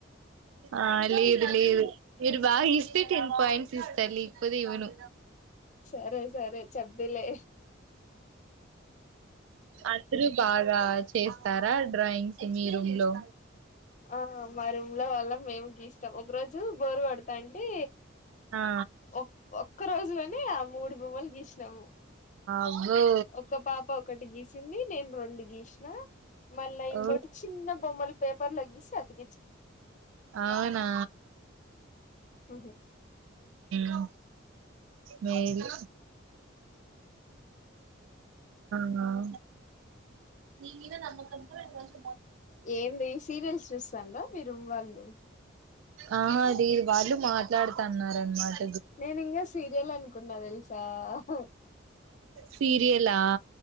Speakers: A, on the right; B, on the left.
A: ఆ లేదు లేదు మీరు బాగా ఇస్తే టెన్ పాయింట్స్ ఇస్తా లేకపోతే ఇవను
B: సరే సరే చెబ్బిలె
A: అత్రు బాగా చేస్తారా డ్రాయింగ్స్ మీ రూమ్ లో
B: ఆ మా రూమ్ లో వాళ్ళం మేము గీస్తాం ఒక రోజు బోరు కొడతాంటే
A: ఆ
B: ఒ ఒక్క రోజులోనే ఆ మూడు బొమ్మలు గీసినాము
A: అబ్బో
B: ఒక పాప ఒకటి గీస్ సింది నేను రెండు గీసిన మళ్ళ ఇంకోటి
A: ఓ
B: చిన్న బొమ్మల పేపర్ల గీసి అతి
A: అవునా
B: ఉహు
A: ఊ మేలు అహ నీ మీద నమ్కంత అ
B: ఏంది సీరియల్స్ చూస్తాన్డ్రా, మీరు వాళ్ళు?
A: ఆ దీ వాళ్ళు మాట్లాడుతున్నారు అనమాట
B: నేను ఇంకా సీరియల్ అనుకున్నా తెలుసా హ
A: సీరియల్లా